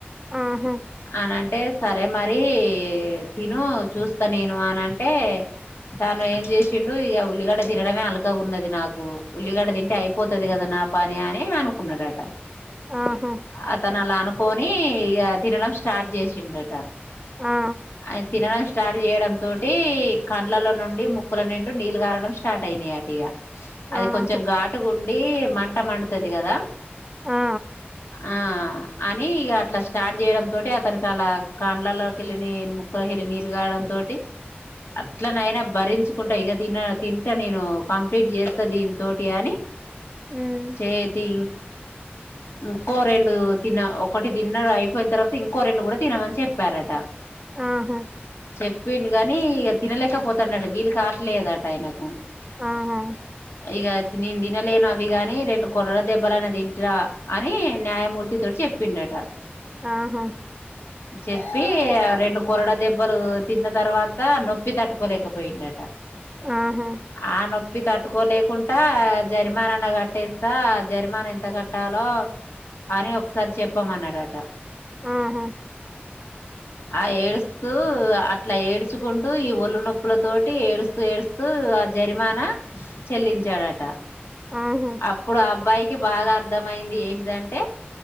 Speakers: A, on the right (about 15°); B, on the left (about 80°).
A: ఆహా
B: అనన్ అంటే సరే మరి తిను చూస్తా నేను అని అంటే తను ఏం చేసిండు ఇక ఉల్లిగడ్డ తినడమే అలకగా ఉన్నది నాకు ఉల్లిగడ్డ తింటే అయిపోతది కదా నా పని అని అనుకున్నాడట
A: ఆహా
B: అతనలా అనుక్ పోనీ ఇగా తినడం స్టార్ట్ చేసిండట
A: ఆ
B: ఆయన తినడం స్టార్ట్ చేయడం తోటి కండ్లలో నుండి ముక్కుల నిండి నీళ్లు కారడం స్టార్ట్ అయినాయి అటు ఇగా అది
A: ఆహా
B: కొంచెం ఘాటుగా ఉన్ అడి మంట మండతది కదా
A: ఆ
B: ఆ అని ఇక అట్లా స్టార్ట్ చేయడం తోటి అతనికి అలా కాండ్లలోకి వెళ్ళి ముక్కలోకెళ్ళి నీరు కారడం తోటి అట్లనైనా భరించుకుంటా ఇగ తన్న తింటా నేను కంప్లీట్ చేస్తా దీనితోటి అని
A: ఉమ్
B: చేతి ఇంకో రెండు తిన్న ఒకటి తిన్నాడు అయిపోయిన తర్వాత ఇంకో రెండు కూడా తినమని చెప్పారట
A: ఆహా
B: చెప్పిడు గానీ ఇగ తినలేకపోతాండట వీళ్ళు కావట్లేదట ఆయనకు
A: ఆా
B: ఇక నేను తినలేను అవి గాని రెండు కుర్రల దెబ్బలనా తింటా అని న్యాయమూర్తితోోటి చెప్పిండట
A: ఆహా
B: చెప్పి రెండు కూరడ దెబ్బలు తిన్న తర్వాత నొప్పి ప్పి తట్టుకోలేకపోయిండట
A: ఆహా
B: ఆ నో ప్పి తట్టుకోలేకుండా జరిమానానా కట్టేస్తా జరిమానా ఎంత కట్టాలో అని ఒకసారి చెప్పామన్నాడట
A: ఆా
B: ఆ ఏడుస్తూ అట్లా ఏడ్చుకుం టు ఈ ఒల్లు నొప్పుల తోటి ఏడుస్తూ ఏడుస్తూ ఆ జరిమానా చెల్లించాడట
A: ఆహా
B: అప్పుడు ఆ అబ్బాయికి బాగా అర్థమయింది ఏంటిదంటే